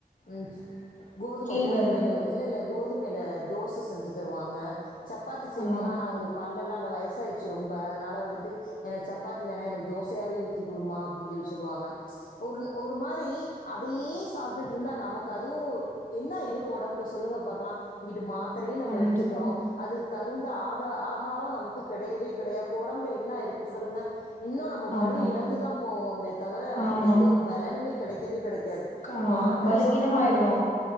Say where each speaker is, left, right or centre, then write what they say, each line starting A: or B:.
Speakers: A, on the left; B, on the left.
A: ம் கோதும
B: கேழ்வரகு
A: கோதுமையில வந் இல்ல இல்ல கோதுமைல தோச செஞ்சுத் தருவாங்க சப்பாத்தி செய்வாங்க
B: ஆமா
A: ஆன்னா அவுங்ளுக் பல்லலா இல்ல வயசாயிர்ச்சு ரொம்ப அதனால வந்துட்டு எனக் சப்பாத்தி வேணா எனக் தோசையாவே ஊத்தி குடுமா அப்டின் சொல்லி சொல்லுவாங்க ஒர் ஒரு மாரி அதையே சாப்ட்டுட்ருந்தா நமக்கு அதுவு என்னா இருக்கு ஒடம்ல சொல்லுங்க பாக்கலா இங்கிட்டு மாத்திரையு நம்ப
B: கண்டிப்பா
A: எடுத்துக்குறோ அதுக்கு தகுந்த ஆதா ஆகாரோ நமக்கு கெடையவே கெடையாத் <unintelligible> டம்புல என்னா இருக்கு சொல்லுங்க இன்னு நம்ம வலு
B: ஆமா
A: இழந்துதா போவேமே தவர நமக்கு
B: ஆமா
A: எந்த ஒரு பெலனுமே கெடைக்கவே கெடை க்காது
B: க
A: மாத்தர
B: பலகீனமா
A: சாப்ற்ற அளவுக்கு
B: ஆயிடுவோ